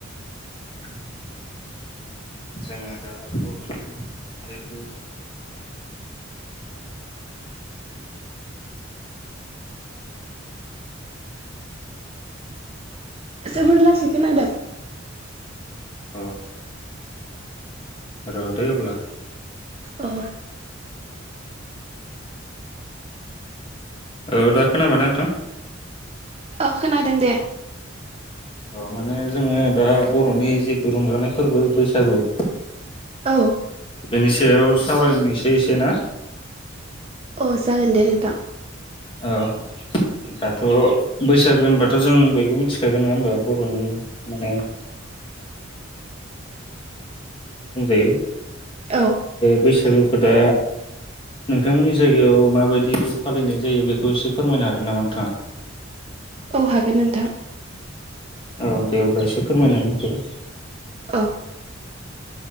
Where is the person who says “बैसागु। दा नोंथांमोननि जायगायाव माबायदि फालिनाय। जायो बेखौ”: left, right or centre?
Left